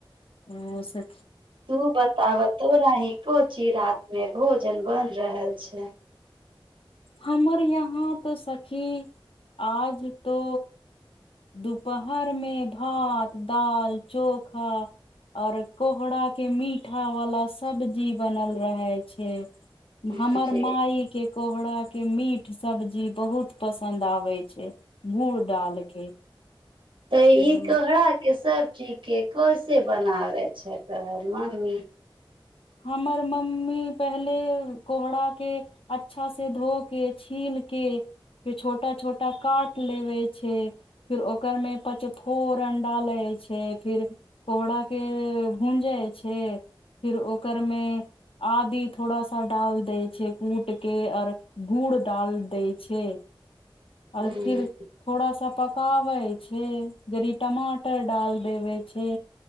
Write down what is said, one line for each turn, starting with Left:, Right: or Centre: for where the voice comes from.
Left: ओ सें
Right: <unintelligible> तू बताबतो री कोची रात में भोज <inaudible> भोजन बन रहल छै <unintelligible>
Left: हमर यहाँ तो सखी आज तो दुपहर मे भात दाल चोखा आओर कोहराके मीठा वला सब्जी बनल रहै छै
Right: जी
Left: हमर माई के कोहरा के मीट सब्जी बहुत पसन्द आबै छै गुड़ डाल के
Right: तऽ
Left: उम्म
Right: ई कहरा के स- ठीके कोसे बनावे छै तोहर मम्मी
Left: हमर मम्मी पहिले कोहराके अच्छासँ धोके छीलके फेर छोटा छोटा काट लेबै छै फिर ओकरमे पचफोरन डाले छै फिर कोहराके भूँजै छै फिर ओ कूकर मे आदी थोड़ा सा डाल दै छै कूट के आओर गुड़ डाल दै छै आओर
Right: ह
Left: फिर थोड़ा सा पकाबै छै यदि टमाटर डाल देबै छै